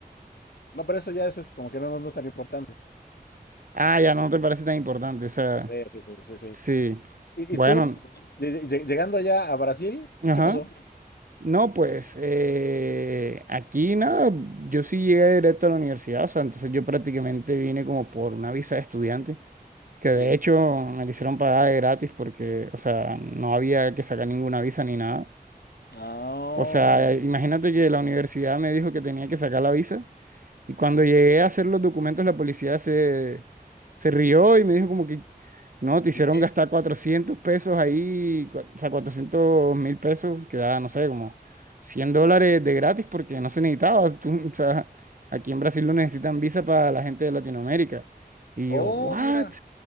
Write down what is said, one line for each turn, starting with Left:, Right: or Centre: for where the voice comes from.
Left: No, pero eso ya es, es como que no, no, no es tan importante.
Right: Ah, ya no te parece tan importante, o sea,
Left: Sí, sí, sí, sí, sí.
Right: sí.
Left: ¿Y,
Right: Bueno,
Left: y tú, lle- lle- llegando allá a Brasil,
Right: ajá.
Left: qué pasó?
Right: No, pues eh, aquí nada, yo sí llegué directo a la universidad, o sea, entonces yo prácticamente vine como por una visa de estudiante. Que de
Left: Sí.
Right: hecho me la hicieron pagar de gratis porque, o sea, no había que sacar ninguna visa ni nada.
Left: Ah,
Right: O sea, imagínate que la universidad me dijo que tenía que sacar la visa y cuando llegué a hacer los documentos la policía se, se rió y me dijo como que, no, te hicieron
Left: ¿y qué?
Right: gastar 400 pesos ahí, cua- o sea, 400 mil pesos, que da, no sé, como 100 dólares de gratis porque no se necesitaba. Tú- <laughs> o sea, aquí en Brasil no necesitan visa para la gente de Latinoamérica. Y
Left: Oh,
Right: yo, ¿what?
Left: mira,